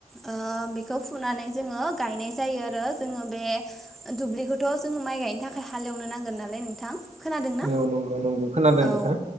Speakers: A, in the centre; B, on the right (about 50°).
A: ओ बेखौ फुनानै जोङो गायनाय जायो आरो जोङो बे दुब्लिखौथ' जोङो माइ गायनो थाखाय हालेवनो नांगोन नालाय नोंथां। खोनादोंना
B: औ नंगौ नंगौ खोनादों
A: औ
B: नोंथां